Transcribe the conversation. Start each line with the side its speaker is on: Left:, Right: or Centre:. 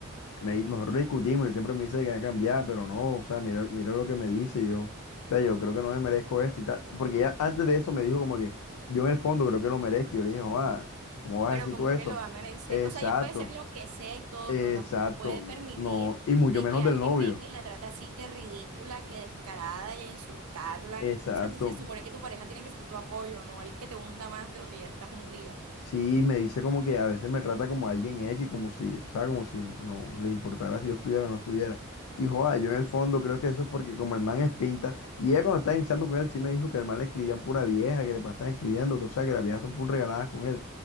Left: me, di- nosotros discutimos y él siempre me dice que va a cambiar, pero no, o sea, mira, mira lo que me dice y yo, o sea, yo creo que no me merezco esto y tal. Porque ya antes de eso me dijo como que yo en el fondo creo que lo merezco y yo le dije, ah, ¿cómo vas
Right: Pero
Left: a decir
Right: como
Left: tú eso?
Right: que lo va a merecer.
Left: Exacto,
Right: O sea, ella puede hacer lo que sea y todo,
Left: exacto,
Right: pero tampoco puede permitir
Left: no, y mucho
Right: de
Left: menos
Right: que alguien
Left: del novio,
Right: venga y la trate así, que ridícula, que descarada y a insultarla.
Left: exacto.
Right: O sea, se se supone que tu pareja tiene que ser tu apoyo, no el que te hunda más de lo que ya estás hundida.
Left: Sí, me dice como que a veces me trata como alguien X, como si, o sea, como si no le importara si yo estuviera o no estuviera. Y joda, yo en el fondo creo que eso es porque como el man es pinta, y ella cuando estaba hinchando con él sí me dijo que el man le escribían pura vieja, que le pasaban escribiendo, que o sea, que las viejas son full regaladas con él.